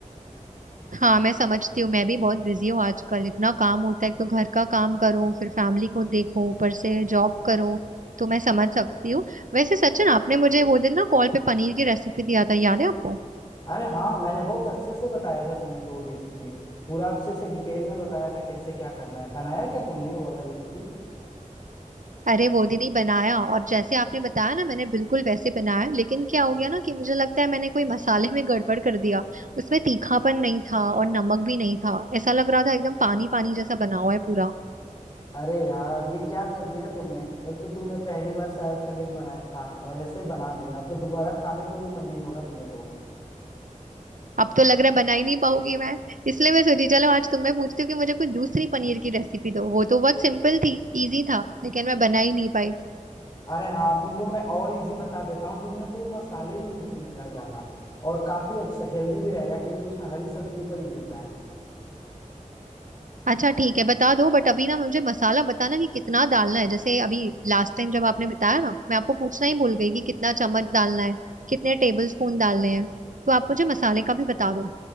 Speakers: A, on the right; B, on the left.
A: हाँ मैं समझती हूँ मैं भी बहुत बिजी हूँ आजकल इतना काम होता है एक तो घर का काम करो फिर फैमिली को देखो ऊपर से जॉब करो तो मैं समझ सकती हूँ वैसे सचिन आपने मुझे वो दिन ना कॉल पे पनीर की रेसिपी दिया था याद है आपको
B: अरे हाँ मैंने बहुत अच्छे से बताया था तुम्हें तो वो रेसिपी पूरा अच्छे से डिटेल में बताया था कैसे क्या करना है बनाया क्या तुमने वो वाला रेसिपी
A: अरे वो दीदी बनाया और जैसे आपने बताया ना मैंने बिल्कुल वैसे बनाया लेकिन क्या हो गया ना कि मुझे लगता है मैंने कोई मसाले में गड़बड़ कर दिया उसमें तीखापन नहीं था और नमक भी नहीं था ऐसा लग रहा था एकदम पानी पानी जैसा बना हुआ है पूरा
B: अरे यार ये क्या कर दिया तुमने एक तो तुमने पहली बार शायद पनीर बनाया था और ऐसे बना दिया अब तो दोबारा खाने को भी मन नहीं होगा तुम्हें तो
A: अब तो लग रहा है बना ही नहीं पाऊंगी मैं इसलिए मैं सोची चलो आज तुम्हें पूछती हूँ कि मुझे कोई दूसरी पनीर की रेसिपी दो वो तो बहुत सिंपल थी इजी था लेकिन मैं बना ही नहीं पाई
B: अरे हाँ तुमको मैं और इजी बता देता हूँ जिनमें कोई मसाले यूज नहीं होता है ज्यादा और काफी अच्छा हेल्दी भी रहेगा क्योंकि उसमें हरी सब्जियों का यूज होता है
A: अच्छा ठीक है बता दो बट अभी ना मुझे मसाला बताना कि कितना डालना है जैसे अभी लास्ट टाइम जब आपने बताया ना मैं आपको पूछना ही भूल गई कि कितना चम्मच डालना है कितने टेबल स्पून डालने हैं तो आप मुझे मसाले का भी बता दो